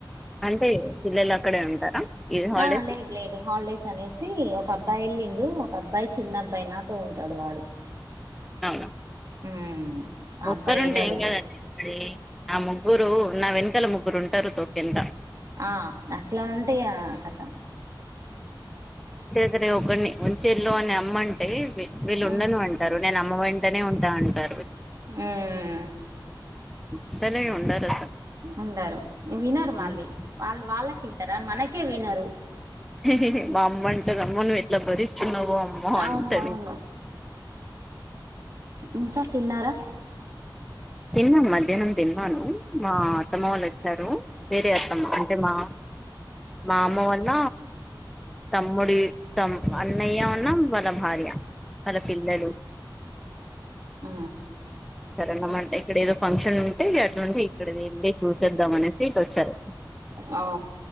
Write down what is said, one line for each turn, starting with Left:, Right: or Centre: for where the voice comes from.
Centre: అంటే పిల్లలక్కడే ఉంటారా ఇది హాలిడేస్
Right: ఆ లేదు లేదు హాలిడేస్ అనేసి ఒక అబ్బాయి వెళ్ళిన్ దు ఒక అబ్బాయి చిన్నబ్బాయి నాతో ఉంటాడు వాడు
Centre: అవున
Right: ఉమ్ ఆ
Centre: ఒక్కరుంటే
Right: అబ్బాయి వినడు
Centre: ఏం కాదండి ఇప్పుడి నా ముగ్గురు నా వెనకాల ముగ్గురుంటారు తోకెంట
Right: ఆ అట్లా ఉంటిగా ఖతం
Centre: సరే ఒకడిని ఉంచేల్లో అని అమ్మ అంటే వీళ్ళు ఉండను
Right: ఉమ్
Centre: అంటరు నేను అమ్మ వెంటనే ఉంటా అంటారు
Right: ఉమ్
Centre: అసలే ఉండరు
Right: ఉండరు వినరు మళ్ళీ
Centre: హ్మ్.
Right: వాళ్ళు వాళ్ళకింటరా మనకే వినరు
Centre: హిహిహీ మా అమ్మంటద్ అమ్మో నువ్వు ఎట్లా బరిస్ వం అమ్మో
Right: అవును
Centre: అంటది
Right: అవును ఇంకా తిన్నారా
Centre: తిన్నాం మధ్యాహ్నం తిన్నాను మా అత్తమ్మ వాళ్ళ వచ్చి చ్చాడు వేరే అత్తమ్మ అంటే మా మా అమ్మ వాళ్ళ తమ్ముడి తం అన్నయ్య ఉన్ను వాళ్ళ భార్య వాళ్ళ పిల్లలు
Right: ఆ
Centre: రమ్మంటే ఇక్కడ ఏదో ఫంక్షన్ ఉంటే అట్లాంటే ఇక్కడ వెళ్ళి చూసేద్దాం అనేసి ఇట్ వచ్చారు
Right: అ